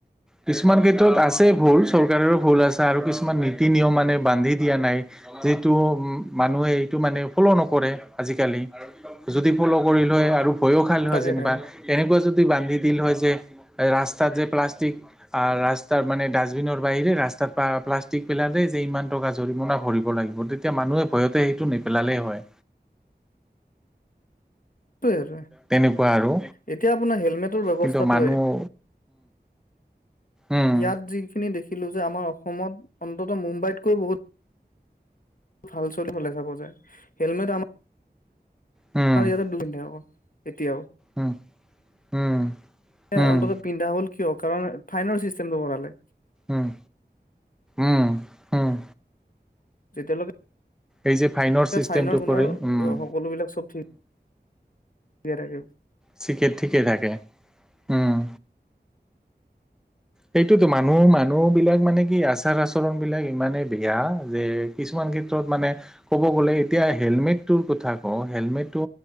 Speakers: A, in the centre; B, on the left (about 50°).
A: কিছুমান ক্ষেত্ৰত আছে ভুল চৰকাৰৰো ভুল আছে আৰু কিছুমান নীতি নিয়ম মানে বান্ধি দিয়া নাই, যিটো উ মানুহে এইটো মানে ফ'ল' নকৰে আজিকালি যদি ফ'লৌ' কৰি লৈ আৰু ভয়ো খাই নহয়
B: তাকে
A: যেনিবা
B: তাকে
A: এনেকোৱা যদি বান্ধি দিল হয় যে ৰাস্তাত যে প্লাষ্টিক আৰু ৰাস্তাৰ মানে ডাষ্টবিনৰ বাহিৰে ৰাস্তাত প্লাষ্টিক পেলাল যে ইমান টকা জৰিমনা ভৰিব ল তেতিয়া মানুহে ভয়তে সেইটো নেপেলালে হয়
B: সেইটোৱে আৰু
A: তেনেকোৱা আৰু
B: এতিয়া আপোনাৰ হেলমেটৰ ব্যৱস্থাটোৱে
A: কিন্তু মানুহ উম
B: ইয়াত যিখিনি দেখিলো যে আমাৰ অসমত অন্তত মুম্বাইতকৈ বহুত ভাল চলিব লাগে বজাই হেলমেট আমাৰ
A: উম
B: আমাৰ ইয়াতো দু পিন্ধে আ এতিয়াও
A: উম উম উম
B: অন্তত পিন্ধা হল কিয় কাৰণ ফাইন চিষ্টেমটো কৰালে
A: উম উম উম
B: যে তেওঁলোকে
A: এই যে ফাইনৰ চিষ্টেমটো
B: ফাইনৰ গুণৰ
A: কৰিল উম,
B: সকলোবিলাক চব ঠিক দে তাকেই
A: চিকে ঠিকেই থাকে উম সেইটো তোমাৰ মোৰ মানুহ বিলাক মানে কি আচাৰ আচৰণ বিলাক ইমানেই বেয়া যে কিছুমান মানে ক'ব গলে এতিয়া হেলমেট টো কথা ক হেলমেটটো